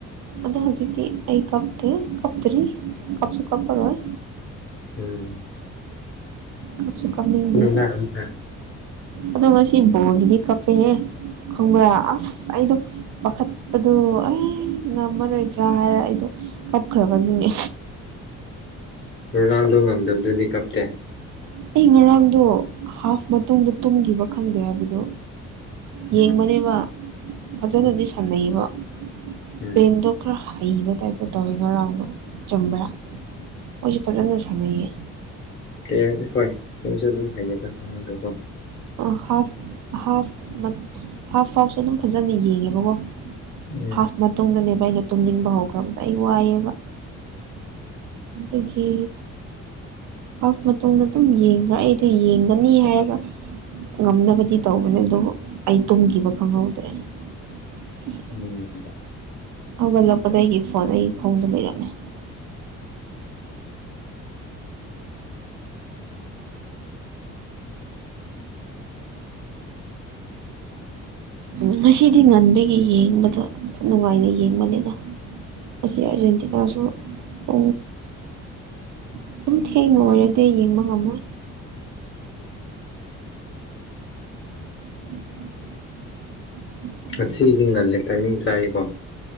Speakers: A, on the right; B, on the left.
A: ꯑꯗꯣ ꯍꯧꯖꯤꯛꯇꯤ ꯑꯩ ꯀꯞꯇꯦ ꯀꯞꯇ꯭ꯔꯤ ꯀꯞꯁꯨ ꯀꯞꯄꯔꯣꯏ꯫
B: ꯎꯝ꯫
A: ꯀꯞꯁꯨ ꯀꯞꯅꯤꯡꯗꯤ꯫
B: <inaudible>
A: ꯑꯗꯣ ꯉꯁꯤ ꯕꯣꯔꯒꯤꯗꯤ ꯀꯞꯄꯦꯍꯦ ꯈꯪꯕ꯭ꯔꯥ ꯑꯁ ꯑꯩꯗꯨ꯫ ꯄꯥꯈꯠꯄꯗꯨ ꯑꯦ ꯉꯝꯃꯔꯣꯏꯗ꯭ꯔꯥ ꯍꯥꯏꯔ ꯑꯩꯗꯣ꯫ ꯀꯞꯈꯔꯦꯕ ꯑꯗꯨꯏꯅꯦ꯫
B: ꯔꯣꯅꯥꯜꯗꯣ ꯉꯝꯗꯕꯗꯨꯗꯤ ꯀꯞꯇꯦ꯫
A: ꯑꯩ ꯉꯔꯥꯡꯗꯣ ꯍꯥꯐ ꯃꯇꯨꯡꯗ ꯇꯨꯝꯈꯤꯕ ꯈꯪꯗꯦ ꯍꯥꯏꯕꯗꯣ꯫
B: ꯎꯝ
A: ꯌꯦꯡꯕꯅꯦꯕ ꯐꯖꯅꯗꯤ
B: ꯎꯝ
A: ꯁꯥꯟꯅꯩꯌꯦꯕ ꯏꯁꯄꯦꯟꯗꯣ꯫
B: ꯎꯝ
A: ꯈꯔ ꯍꯩꯕ ꯇꯥꯏꯞꯇ ꯇꯧꯋꯦ ꯉꯔꯥꯡꯗꯣ ꯆꯨꯝꯕ꯭ꯔꯥ ꯃꯣꯏꯁꯨ ꯐꯖꯅ ꯁꯥꯟꯅꯩꯌꯦ꯫
B: <unintelligible> ꯍꯣꯏ ꯏꯁꯄꯦꯟꯁꯨ ꯑꯗꯨꯝ ꯍꯩꯌꯦꯗ ꯉꯥꯔꯥꯡꯗꯨꯀꯣ꯫
A: ꯑ ꯍꯥꯐ ꯍꯥꯐ ꯍꯥꯐ ꯍꯥꯥꯐ ꯑꯗꯨꯝ ꯐꯖꯅ ꯌꯦꯡꯉꯦꯕꯀꯣ꯫
B: ꯎꯝ
A: ꯍꯥꯐ ꯃꯇꯨꯡꯗꯅꯦꯕ ꯑꯩꯅ ꯇꯨꯝꯅꯤꯡꯕ ꯍꯧꯈ꯭ꯔꯕꯗꯨ ꯑꯩ ꯋꯥꯏꯑꯦꯕ꯫ ꯑꯗꯒꯤ꯫ ꯍꯥꯐ ꯃꯇꯨꯡꯗ ꯑꯗꯨꯝ ꯌꯦꯡꯈ꯭ꯔꯥ ꯑꯩꯗꯣ ꯌꯦꯡꯒꯅꯤ ꯍꯥꯏꯔꯒ꯫ ꯉꯝꯅꯕꯗꯤ ꯇꯧꯕꯅꯦ ꯑꯗꯨꯕꯨ ꯑꯩ ꯇꯨꯝꯈꯤꯕ ꯈꯪꯍꯧꯗ꯭ꯔꯦ꯫ <inaudible>
B: ꯎꯝ꯫
A: ꯍꯧꯒꯠꯂꯛꯄꯗ ꯑꯩꯒꯤ ꯐꯣꯟ ꯑꯩꯒꯤ ꯈꯣꯡꯗ ꯂꯩꯔꯝꯃꯦ <inaudible> ꯉꯁꯤꯗꯤ ꯉꯟꯕꯒꯤ ꯌꯦꯡꯕꯗ ꯅꯨꯡꯉꯥꯏꯅ ꯌꯦꯡꯕꯅꯤꯅ ꯑꯁꯤ ꯑꯔꯖꯦꯟꯇꯤꯅꯥꯁꯨ ꯑ ꯑꯗꯨꯝ ꯊꯦꯡꯅ ꯑꯣꯏꯔꯗꯤ ꯌꯦꯡꯕ ꯉꯝꯃꯣꯏ <inaudible>
B: ꯉꯁꯤꯗꯤ ꯉꯜꯂꯦ ꯇꯥꯏꯃꯤꯡ ꯆꯥꯔꯤꯀꯣ